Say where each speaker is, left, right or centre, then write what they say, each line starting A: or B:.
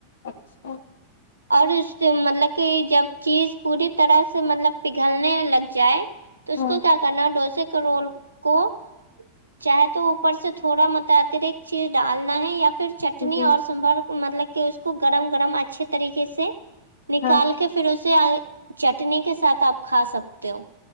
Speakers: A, on the left; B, on the right.
A: اچھا
B: اور اسکے ملب کہ جب چیز پوری طرح سے ملب پگھلنے لگ جائے تو اس
A: ہاں
B: کو کیا کرنا ڈوسے کے رول کو چاہے تو اوپر سے تھوڑا ماتاترک چیز ڈالنا ہے یا پھر چٹنی
A: جی
B: اور سبر مطلب کہ اس کو گرم گرم اچھی طریقے سے نکال
A: ہاں
B: کے کہ پھر اسے چٹنی کے ساتھ آپ کھا سکتے ہو